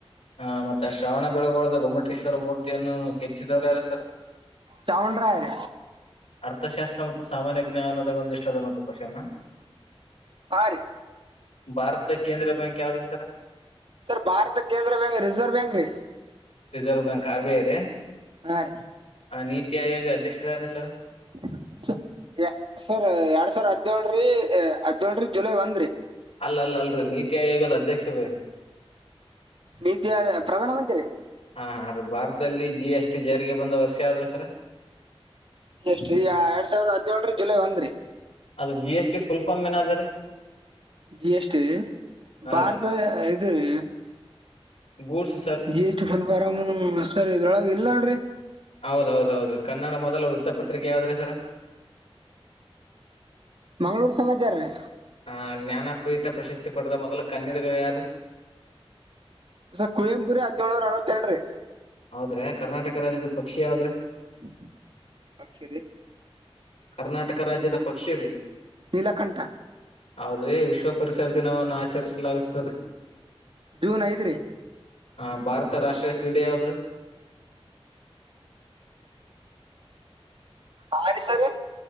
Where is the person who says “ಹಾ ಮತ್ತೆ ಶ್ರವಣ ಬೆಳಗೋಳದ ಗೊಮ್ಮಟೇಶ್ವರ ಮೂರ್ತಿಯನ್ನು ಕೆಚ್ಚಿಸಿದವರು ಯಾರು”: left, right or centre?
Left